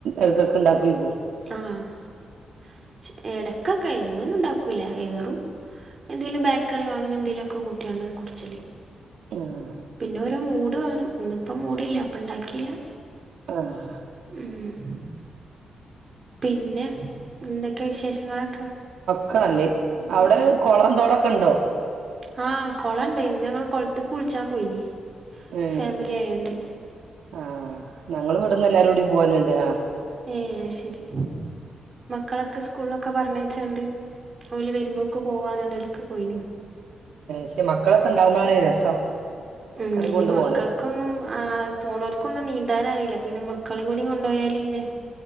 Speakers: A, on the right; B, on the right.
A: ഇതൊക്കെണ്ടാക്കി ക്കും <unintelligible>
B: ങാ <inaudible> ച് ഇടക് കൈന്നുന്നുണ്ടാകൂല ഏറും എന്തേലും ബേക്കറി വാങ്ങുന്നെന്തേലുക്കെ കൂട്ടി അന്നേ <unintelligible> കുടിച്ചാല്
A: ആഹ്
B: പിന്നെ ഒരു മൂട് തുവേണം ഇന്നുപ്പം മൂടില്ല പ്പൻഡകീല
A: ആഹാ
B: ഉം----ഹ <unintelligible> പിന്നെ എന്തൊക്കെ വിശേഷങ്ങളൊക്കെ
A: ക്ക അല്ലേ അവട് കോളോം തോടൊക്കെണ്ടോ
B: ആ... കോളണ്ട് ഇന്നങ്ങള് കോളത് കുൾച്ചപോയ്ന്
A: ഏഹ്
B: ഫാമിലി ആയണ്ട്
A: ആഹ് ഞങ്ങള് ഇവിടുന്ന് എല്ലാരുടി പോയന്നുണ്ട് ആ
B: ഏ ശെരി മക്കളൊക്കെ സ്കൂളില് <inaudible> ക്ക പർണയ്ച്ചാണ്ട് തോല് വരുമ്പോക്ക് പോവാനുലോൽക്ക് പോയ്ന്
A: മ്മ് മക് <unintelligible> അതൊക്കെണ്ടാകുമ്പോഴാണ് രസം
B: ഉം
A: മക്കളെ
B: ഇനി
A: കൊണ്ട്
B: മക്കൾക്കൊന്നും
A: പോണത്
B: ആ പോണോര് ക്കുന്നുനീന്തനറില്ല പിന്നെ മക്കളെങ്ങൂടി കൊണ്ടോയലിന്നെ